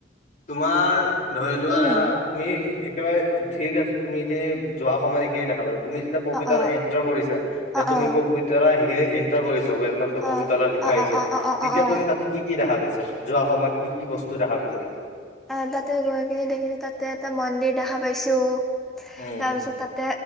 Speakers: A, on the left; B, in the centre.
A: তোমাৰ ধৰি লোৱা
B: উম
A: তুমি একেবাৰে ঠিক আছে তুমি খিনি যোৱা সময় গোটেইখিনি দেখা পালোঁ তুমি যেতিয়া পবিতৰা
B: অ অ
A: এণ্টাৰ কৰিছা যেতিয়া
B: অ
A: তুমি
B: অ
A: পবিতৰা সেইখিনি এণ্টাৰ কৰিছা ৱেলকাম টো
B: অ
A: পবিত্ৰ লিখা
B: অ
A: হৈছে
B: অ অ
A: তেতিয়া
B: অ অ অ অ
A: তুমি তাতে কি কি দেখা পাইছা যোৱা সময়ত কি কি বস্তু দেখা পাইছে তা
B: অ তাতে গৈ কিনি দেখিছো তাতে এটা মন্দিৰ দেখা পাইছো
A: উম
B: তাৰ পিছত তাতে